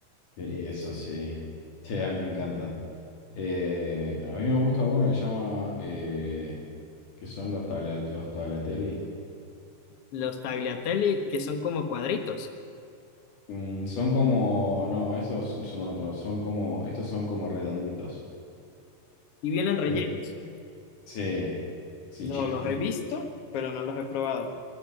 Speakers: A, on the left (about 70°); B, on the left (about 50°).
A: Sí, eso sí, sí, a mí me encanta. Eh, a mí me gusta una que llama, eh, que son los, tablia- los tagliatelli.
B: Los tagliatelli, que son como cuadritos
A: Mm, son como, no, esos son otros, son como, estos son como redonditos.
B: y vienen rellenos.
A: Eh, sí, sí,
B: No
A: chiquititos.
B: los he visto, pero no los he probado.